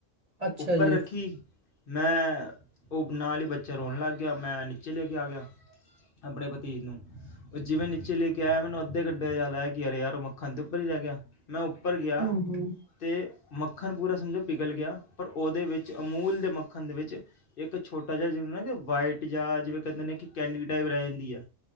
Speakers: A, on the right (about 35°); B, on the left (about 50°).
A: ਅੱਛਾ
B: ਉੱਪਰ
A: ਜੀ
B: ਰੱਖੀ। ਮੈਂ, ਉਹ ਨਾਲ ਹੀ ਬ ਬੱਚਾ ਰੋਣ ਲੱਗ ਗਿਆ। ਮੈਂ ਨੀਚੇ ਲੈ ਕੇ ਆ ਗਿਆ ਆਪਣੇ ਪਤੀਜ ਨੂੰ, ਉਹ ਜਿਵੇਂ ਨੀਚੇ ਲੈ ਕੇ ਆਇਆ ਮੈਨੂੰ ਅੱਧੇ ਘੰਟੇ ਬਾਅਦ ਯਾਦ ਕਿ ਅਰੇ ਯਾਰ ਉਹ ਮੱਖਣ ਦੇ ਉੱਪਰ ਹੀ ਰਹਿ ਗਿਆ। ਮੈਂ ਉੱਪਰ ਗਿਆ।
A: ਹੂੰ ਹੂੰ
B: ਤੇ ਮੱਖਣ ਪੂਰਾ ਸਮਝੋ ਪਿਘਲ ਗਿਆ। ਪਰ ਉਹਦੇ ਵਿੱਚ ਅਮੂਲ ਦੇ ਮੱਖਣ ਦੇ ਵਿੱਚ, ਇੱਕ ਛੋਟਾ ਜਿਹਾ ਜਿ ਮੈਂ ਕਿਆ ਵਾਈਟ ਜਾਂ ਜਿਵੇਂ ਕਹਿੰਦੇ ਨੇ, ਕਿ ਕੈਂਡੀ ਟਾਈਪ ਰਹਿ ਜਾਂਦੀ ਆ।